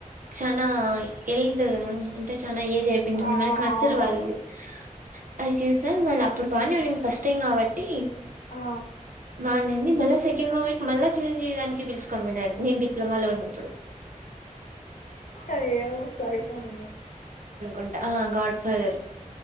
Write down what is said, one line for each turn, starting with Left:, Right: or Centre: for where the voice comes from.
Right: చానా ఎల్డ అంట తన ఏజ్ అయిపోయి ఉంటుంది
Left: ఆ
Right: మనకు నచ్చరు
Left: అవునవును
Right: వాళ్ళు అది చదు మాళ్ళ అప్పుడు బానే ఉన్నంది ఫస్ట్ టైం కాబట్టి
Left: ఆ
Right: బాగుండింది మళ్ళా సెకండ్ మూవీ మళ్ళా చిరంజీగారిని పిలుచుకొని పోయిన్నారు. నేను డిప్లొమా లో ఉన్నప్పుడు
Left: అయే సరిపోయింది
Right: అంట ఆ గాడ్ ఫాదర్